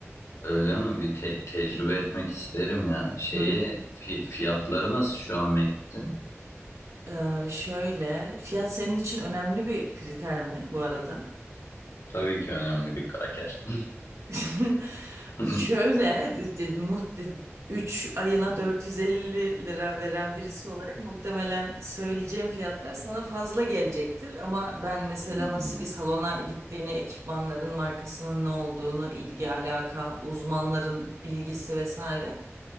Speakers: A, on the left (about 75°); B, on the right (about 80°).
A: Öyle mi? Bir te- tecrübe etmek isterim ya. Şeye
B: Hı hı.
A: fi- fiyatları nasıl şu an Mektin?
B: E, şöyle, fiyat senin için önemli bir kriter mi bu arada?
A: Tabii ki önemli bir kraker.
B: <laughs>
A: <laughs>
B: Şöyle e, muht 3 ayına 450 lira veren birisi olarak muhtemelen söyleyeceğim fiyatlar sana fazla gelecektir. Ama ben mesela
A: Hmm.
B: nasıl bir salona gittiğini, ekipmanların markasının ne olduğunu, ilgi alaka, uzmanların bilgisi vesaire